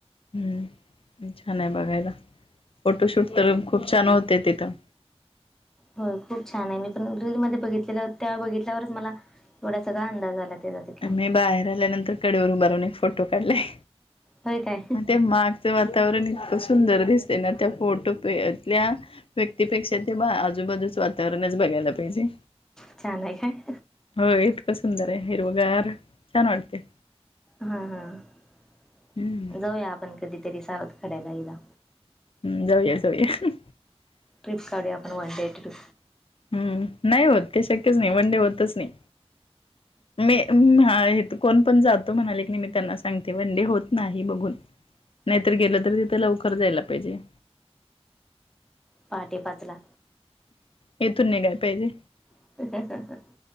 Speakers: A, on the left; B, in the centre.
A: हम्म छान आहे बघायला फोटोशूट तर खूप छान होते तिथं
B: हो खूप छान आहे मी पण रीलल मध्ये बघितलेलं त्या बघितल्यावरच मला एवढा सगळा अंदाज आला त्याचा तिथला
A: अन मी बाहेर आल्यानंतर कडेवर उभारून एक फोटो काढलाय.
B: होय काय
A: म ते मागचं वातावरण इतकं सुंदर दिसतय ना त्या फोटो प तल्या व्यक्तीपेक्षा ते आजूबाजूच वातावरणच बघायला पाहिजे.
B: छानय काय?
A: होय इतकं सुंदराय हिरवगार छान वाटतय.
B: हा हा
A: हम्म
B: जाऊया आपण कधीतरी सावधकड्याला एकदा
A: हम्म जाऊया जाऊया.
B: ट्रिप काडूया आपण वन डेट ट्रिप
A: हम्म नाही होत ते शक्यच नाही वनडे होतच नाही मे हम्म हा हित कोण पण जातो म्हणाले की नाही मी त्यांना सांगते वनडे होत नाही बघून नाहीतर गेलो तर तिथे लवकर जायला पाहिजे.
B: पहाटे पाचला
A: येथून निघाय पाहिजे.
B: <inaudible>